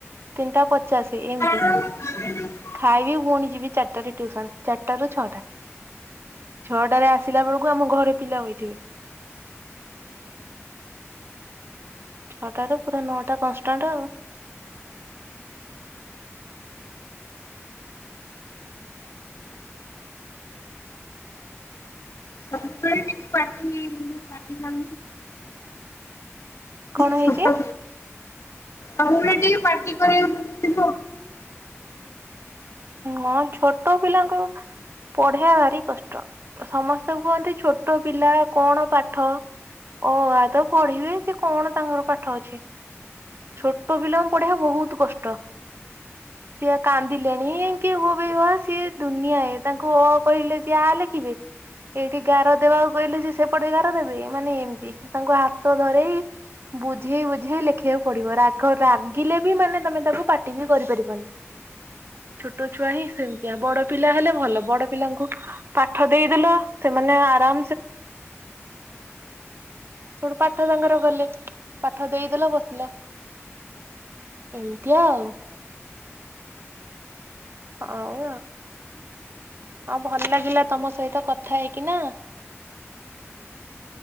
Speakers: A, on the right (about 50°); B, on the left (about 65°).
A: ତିନିଟା ପଚାଶ ଏମତି
B: ହୁଁ ହୁଁ
A: ଖାଇବି ପୁଣି ଯିବି ଚାରିଟାରେ ଟଟିୁସନ ଚାରିଟା ରାରୁ ଛଅଟା ଛଅଟାରେ ଆସିଲା ବେଳକୁ ଆମ ଘରେ ପିଲା ହୋଇଥିବେ ଛଅଟାରୁ ପୁରା ନଅଟା କନଷ୍ଟାଣ୍ଟ ଆଉ
B: ସବୁବେଳେ ଟିକେ ପାଟି ପାଟି ମ
A: କଣ
B: ଆପ
A: ହେଇଛି
B: ଆଉ ଗୋଟ ଟିକେ ପାର୍ଟି କରିବ
A: ହଁ ଛୋଟ ପିଲାଙ୍କୁ ପଢ଼ିଆ ଭାରି କଷ୍ଟ ସମସ୍ତଙ୍କୁ କୁହନ୍ତି ଛୋଟ ପିଲା କଣ ପାଠ? ଅ ଆ ତ ପଢ଼ିବେ ସେ କଣ ତାଙ୍କର ପାଠ ଅଛି? ଛୋଟ ବିଲମ ପଢ଼ିଆ ବହୁତ କଷ୍ଟ ସେଆ କାନ୍ଦିଲି। ହୋବ ସିଏ ଦୁନିଆ ତାଙ୍କୁ ଅ କହିଲେ ସିଏ ଆ ଲେଖିବେ। ଏଇଠି ଗାର ଦେବାକୁ କହିଲେ ସେ ସେପଟେ ଗାର ଦେବେ ମାନେ ଏମିତି ତାଙ୍କୁ ହାତ ଧରେଇ ବୁଝେଇ ବୁଝେଇ ଲେଖିବାକୁ ପଡିବ ରାଗ ରାଗିଲେ ବି ମାନେ ତମେ ତାକୁ ପାଟିବି କରିପାରିବନି। ଛୋଟ ଛୁଆ ହିଁ ସେମିତିଆ ବଡ ପିଲା ହେଲେ ଭଲ ବଡ ପିଲାଙ୍କୁ ପାଠ ଦେଇଦେଲ ସେମାନେ ଆରା ସେଠୁ ପାଠ ସାଙ୍ଗର ଗଲେ ପାଠ ଦେଇଦେଲ ବସିଲ। ଏମିତିଆ ଆଉ। ହଁଉ ଆଉ। ହଉ ଭଲ ଲାଗିଲା ତମ ସହିତ କଥା ହେଇକି ନା।